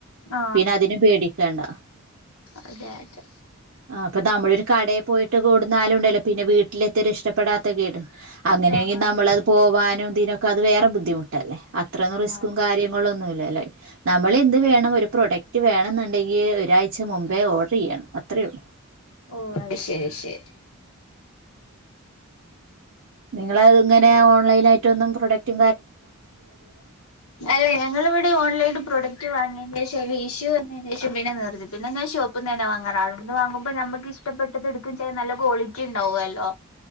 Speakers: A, on the left; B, on the right.
A: ആ
B: പിന്നെ അതിന് പേടിക്കണ്ട
A: അതെ അതെ അതെ
B: ആ അപ്പൊ നമ്മളൊരു കടേ പോയിട്ട് കൊടുന്നാലും ണ്ടല്ലോ പിന്നെ വീട്ടിലെത്തിയൊ രിഷ്ടപ്പെ ഇഷ്ടപ്പെടാത്ത കേട് അങ്ങനെങ്കി
A: ആ
B: നമ്മളത്
A: അതെ ആ
B: പോവാനുംതിനൊക്കത് വേറെ ബുദ്ധിമുട്ടല്ലേ. അത്രൊന്നും റിസ്കും
A: അതെ.
B: കാര്യങ്ങളൊന്നുല്ലല്ലേ നമ്മൾ എന്ത് വേണം ഒരു പ്രോഡക്റ്റ് റ്റ് വേണന്ന്ണ്ടെങ്കി ഒരാഴ്ച മുമ്പേ ഓർഡറെ യ്യണം അത്രേള്ളു
A: ഓ അഹ്ശരി ശരി
B: നിങ്ങളഹ് ങ്ങനെ ഓൺലൈനായിട്ട് ഒന്നും പ്രൊഡക്റ്റ്
A: അല്ലെ ഞങ്ങള്വ്ടെ ഓൺലൈൻ ൽ പ്രൊഡക്ട് വാങ്ങി നേശ വിഷുവന്നേനേഷം പിന്നെ നിർത്തി പിന്നെ ഞാ ഷോപ്പിന്നെന്നെ വാങ്ങാറ് അവ്ട്ന്ന് വാങ്ങുമ്പോ ഞമ്മക്ക് ഇഷ്ടപ്പെട്ടത് എടുക്കും ചെയ്യ നല്ല ക്വാളിറ്റി ണ്ടാവുല്ലോ